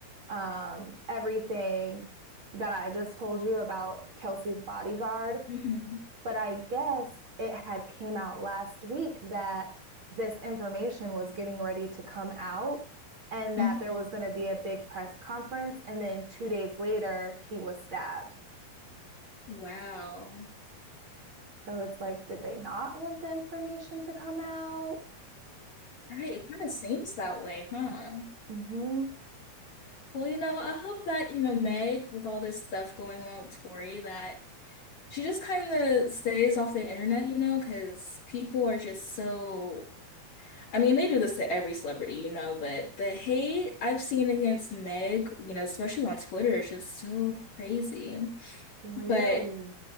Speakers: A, on the right; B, on the left.
A: um everything that I just told you about Kelsey's bodyguard.
B: Mhm.
A: But I guess it had came out last week that this information was getting ready to come out and
B: Mhm.
A: that there was going to be a big press conference. And then two days later, he was stabbed.
B: Wow.
A: So it's like, did they not want the information to come out?
B: Right, it kind of seems that way, huh?
A: hmm
B: Well, you know, I hope that, you know, Meg, with all this stuff going on with Tori, that she just kind of stays off the internet, you know, because people are just so, I mean, they do this to every celebrity, you know, but the hate I've seen against Meg, you know, especially on Twitter, is just so crazy.
A: Really?
B: But